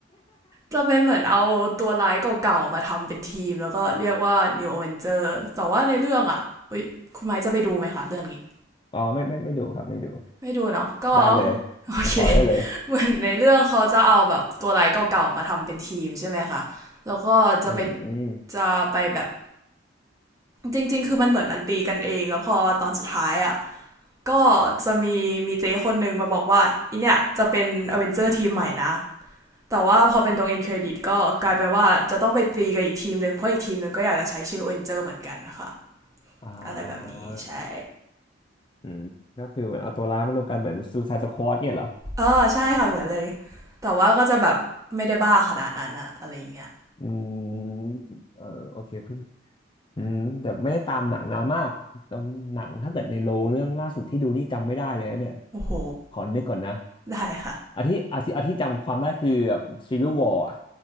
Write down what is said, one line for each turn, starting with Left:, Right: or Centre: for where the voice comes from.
Right: จะเป็นเหมือนเอาตัวร้ายเก่าๆมาทำเป็นทีมแล้วก็เรียกว่า New Avenger แต่ว่าในเรื่องอ่ะอุ๊ยคุณไม้จะไปดูไหมคะเรื่องนี้
Left: อ๋อไม่ไม่ไม่ดูครับไม่ดู
Right: ไม่ดูเนาะก็
Left: ได้เลย
Right: โอเค
Left: สปอยได้เลย
Right: <laughs> เหมือนในเรื่องเขาจะเอาแบบตัวร้ายเก่าๆมาทำเป็นทีมใช่ไหมคะแล้วก็จะไป
Left: อืมอม
Right: จะไปแบบจริงๆคือมันเหมือนมันตีกันเองแล้วพอตอนสุดท้ายอ่ะก็จะมีมีเจ๊คนหนึ่งมาบอกว่าอีเนี่ยจะเป็นอเวนเจอร์ทีมใหม่นะ แต่ว่าพอเป็นตรงเอ็นเครดิตก็กลายเป็นว่าจะต้องไปตีกับอีกทีมหนึ่งเพราะอีกทีมหนึ่งก็อยากจะใช้ชื่อเวนเจอร์เหมือนกันนะคะ
Left: อ่า
Right: อะไรแบบนี้ใช่
Left: อืมก็คือเหมือนเอาตัวร้ายมารวมกันเหมือนซูซายสควอดเนี่ยเหรอ
Right: เออใช่ค่ะเหมือนเลยแต่ว่าก็จะแบบไม่ได้บ้าขนาดนั้นอะอะไรอย่างเงี้ย
Left: อืมเออโอเคเพิ่ง อืมแต่ไม่ได้ตามหนังนานมากตามหนังถ้าเกิดในโลงเรื่องล่าสุดที่ดูนี่จำไม่ได้เลยนะเนี่ย
Right: โอ้โห
Left: ขอนึกก่อนนะ
Right: ได้ค่ะ
Left: อาที่อาที่อาที่จำความได้คือแบบ Civil War อะ